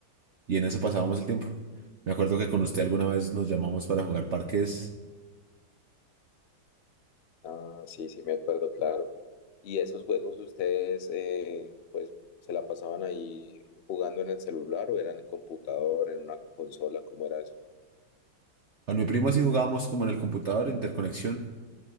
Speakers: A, on the right; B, on the left.
A: y en eso pasábamos el tiempo. Me acuerdo que con usted alguna vez nos llamamos para jugar parques
B: Ah, sí, sí, me acuerdo, claro. ¿Y esos juegos ustedes, eh, pues, se la pasaban ahí jugando en el celular o eran en computador, en una consola? ¿Cómo era eso?
A: Con mi primo así jugábamos como en el computador, interconexión.